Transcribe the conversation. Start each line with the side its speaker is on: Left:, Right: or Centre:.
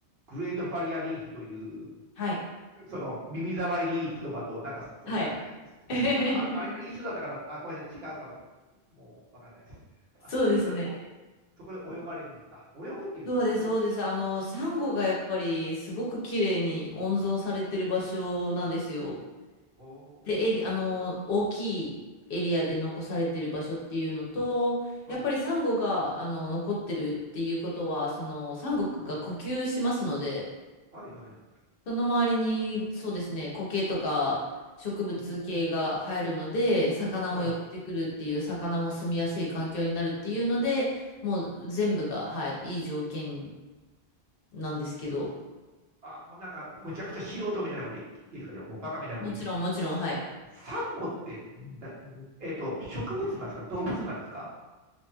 Right: グレートバリアリーフという、
Left: はい。
Right: その耳障りのいい言葉と、なんかそれが、
Left: はい。
Right: <laughs>
Left: <laughs>
Right: なんかああれあれ一緒だったかなあ、ごめんなさい、違うかもしれない。もうわかんないです。
Left: そうですね。
Right: あそこでお、そこで泳がれるんですか泳ぐっていうんですかね、
Left: そうです、
Right: それ僕、
Left: そうです。あの、サンゴがやっぱりすごく綺麗に温存されてる場所なんですよ。
Right: ほう
Left: で、エリ、あの、大きいエリアで残されてる場所っていうのと、
Right: はい、
Left: やっぱりサンゴが、あの、残ってるっていうことは、その、サンゴが呼吸しますので、
Right: はい、はい、はい。
Left: その周りに、そうですね、苔とか植物系が生えるので、
Right: お
Left: 魚も寄ってくるっていう、
Right: はい、はい。
Left: 魚も住みやすい環境になるっていうので、
Right: お
Left: もう全部が、はい、いい条件なんですけど、
Right: あ、もうなんか、むちゃくちゃ素人みたいなこと言っていいですかね、もうバカみたいなこと言って。
Left: もちろん、もちろん、はい。
Right: サンゴってな、えっと、植物なんですか動物なんですか